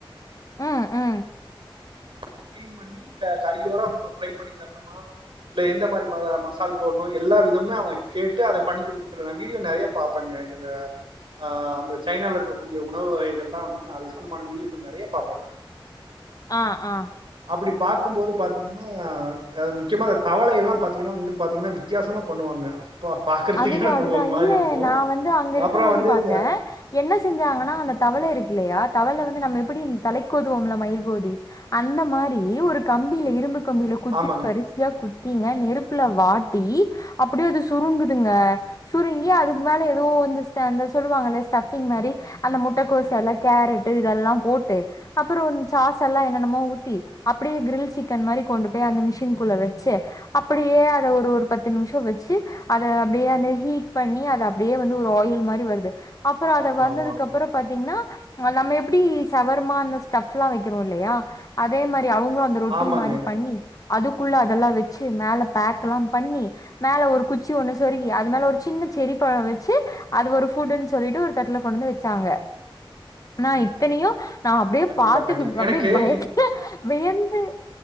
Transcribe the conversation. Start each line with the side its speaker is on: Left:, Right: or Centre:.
Left: அ அ
Right: அங்க கிளீன் பண்ணி க கையோட நம்ம ஃப்ரை பண்ணி தரணுமா இல்ல எந்த மாரி ம மசால் போடணு எல்லா விதமுமே அவங்க கேட்டு அத பண்ணி குடு நா வீடியோ நெறய பாப்பேங்க எனக்கு இத அ அந்த சைனாவுல இருக்கக்கூடிய உணவு வகைகல்லா வந்து நா அது சொந்தமான வீடியோக்கள் நெறய பாப்ப நானு
Left: ஆ ஆ
Right: அப்டி பாக்குபோது பாத்தீங்கனா முக்கியமா தவள எல்லா பாத்தீங்கனா வந்து பாத்தீங்கனா வித்தியாசமா பண்ணுவாங்க பா பாக்கறதுக்கே
Left: அதுதான்
Right: நமக்கு
Left: அதுதான்.
Right: ஒரு மாரி
Left: இல்ல
Right: இருக்கு
Left: நான் வந்து அங்க இருக்கும்போது
Right: அப்ற வந்து
Left: பார்த்தேன்.
Right: இந்த
Left: என்ன செஞ்சாங்கனா அந்த தவள இருக்குல்லயா தவள வந்து நம்ம எப்டி தலைக்கோதுவோம்ல மைகோதி அந்த மாரி ஒரு கம்பில இரும்பு கம்பில குத்தி
Right: ஆமாங்க
Left: வரிசயா குத்திங்க நெருப்புல வாட்டி அப்டியே அது சுருங்குது துங்க சுருங்கி அதுக்கு மேல எதோ வந்து ஸ் ட இந்த சொல்லுவாங்கல ஸ்டஃபிங் மாரி அந்த முட்டக்கோச எல்லா கேரட் இதெல்லா போட்டு அப்ற வந் சாச எல்லா என்னென்னமோ ஊத்தி அப்டியே கிரில் சிக்கன் மாரி கொண்டு போய் அந்த மிஷின்க்குள்ள வச்சு அப்டியே அத ஒரு ஒரு பத்து நிமிஷ வச்சு அத அப்டியே அந்த ஹீட் பண்ணி அத அப்டியே வந்து ஒரு ஆயில் மாரி வருது அப்பறோ அத
Right: ஆமா
Left: வந்ததுக்கப்பற
Right: ஆமா ஆமா
Left: பாத்தீங்கனா நம்ம எப்டி சவர்மா அந்த ஸ்டப்ல்லா வைக்கிறோ இல்லயா அதே மாரி அவங்க இந்த ரொட்டி
Right: ஆமாங்க
Left: மாரி பண்ணி அதுக்குள்ள அதெல்லா வச்சு மேல பேக்ல்லா பண்ணி மேல ஒரு குச் ச்சி ஒன்னு சொருகி அது மேல ஒரு சின்ன செரி பழ வச்சு அது ஒரு ஃபுட்டுன் சொல்லிட்டு ஒரு தட்டுல கொண்டு வந்து வச்சாங்க நா இத்தனயு நா அப்டியே
Right: கண்டிப்பா
Left: பாத்துக்க
Right: கண்டிப்பா
Left: அப்டியே
Right: எனக்கு
Left: பயத்துல
Right: இது
Left: வியந்து